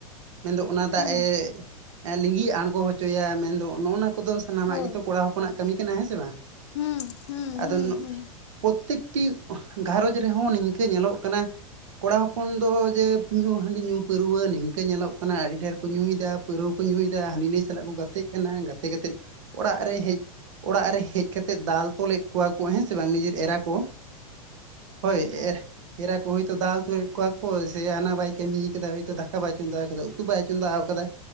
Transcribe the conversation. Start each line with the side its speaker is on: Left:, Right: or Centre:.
Right: ᱢᱮᱱᱫᱚ ᱚᱱᱟ ᱫᱟᱜ
Left: ᱦᱩᱸ
Right: ᱮ ᱞᱤᱸᱜᱤ ᱟᱬᱜᱚ ᱦᱚᱪᱚᱭᱟ ᱢᱮᱱᱫᱚ ᱚᱜᱚ ᱱᱚᱣᱟ ᱠᱚ ᱫᱚ ᱥᱟᱱᱟᱢᱟᱜ
Left: ᱦᱳᱭ
Right: ᱜᱮᱛᱚ ᱠᱚᱲᱟ ᱦᱚᱯᱚᱱᱟᱜ ᱠᱟᱹᱢᱤ ᱠᱟᱱᱟ ᱦᱮᱸ ᱥᱮ ᱵᱟᱝ
Left: ᱦᱩᱸ ᱦᱩᱸ
Right: ᱟᱫᱚ
Left: ᱦᱩᱸ ᱦᱩᱸ
Right: ᱯᱳᱫ ᱯᱳᱛᱮᱠᱴᱤ ᱜᱷᱟᱨᱚᱸᱡᱽ ᱨᱮᱦᱚᱸ ᱱᱤᱝᱠᱟᱹ ᱧᱮᱞᱚᱜ ᱠᱟᱱᱟ ᱠᱚᱲᱟ ᱦᱚᱯᱚᱱ ᱫᱚ ᱡᱮ ᱧᱩ ᱦᱟᱺᱰᱤ ᱧᱩ ᱯᱟᱹᱣᱨᱟᱹ, ᱱᱤᱝᱠᱟᱹ ᱧᱮᱞᱚᱜ ᱠᱟᱱᱟ ᱟᱹᱰᱤ ᱰᱷᱮᱨ ᱠᱚ ᱧᱩᱭ-ᱫᱟ ᱯᱟᱹᱣᱨᱟᱹ ᱠᱚ ᱧᱩᱭ ᱫᱟ ᱦᱟᱹᱱᱤ ᱱᱟᱹᱭ ᱥᱟᱞᱟᱜ ᱠᱚ ᱜᱟᱛᱮ ᱜᱟᱛᱮᱜ ᱠᱟᱱᱟ ᱜᱟᱛᱮ ᱠᱟᱛᱮ ᱚᱲᱟᱜ ᱨᱮ ᱦᱮᱡ ᱚᱲᱟᱜ ᱨᱮ ᱦᱮᱡ ᱠᱟᱛᱮ ᱫᱟᱞ ᱛᱚᱞᱮᱫ ᱠᱚᱣᱟ ᱠᱚ ᱦᱮᱸ ᱥᱮ ᱵᱟᱝ, ᱱᱤᱡᱮᱨᱮᱱ ᱮᱨᱟ ᱠᱚ ᱦᱳᱭ, ᱮᱦ ᱮᱨᱟ ᱠᱚ ᱦᱚᱭᱛᱚ ᱫᱟᱞ ᱛᱚᱞᱮᱫ ᱠᱚᱣᱟ ᱠᱚ ᱥᱮ ᱦᱟᱱᱟ ᱵᱟᱭ ᱠᱟᱹᱢᱤ ᱠᱟᱫᱟ ᱦᱚᱭᱛᱚ ᱫᱟᱠᱟ ᱵᱟᱭ ᱪᱚᱸᱫᱟ ᱟᱠᱟᱫᱟ ᱩᱛᱩ ᱵᱟᱭ ᱪᱚᱸᱫᱟ ᱣ ᱟᱠᱟᱫᱟ᱾